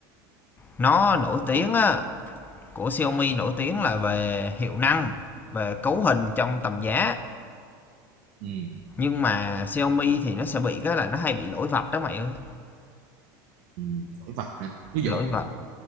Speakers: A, on the left; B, on the right.
A: nó nổi tiếng á của Xiaomi nổi tiếng là về hiệu năng về cấu hình trong tầm giá
B: ừ,
A: nhưng mà Xiaomi thì nó sẽ bị cái là nó hay bị lỗi vạch đó mày ơi
B: ừ đổi vặt hả ví dụ
A: lỗi vạch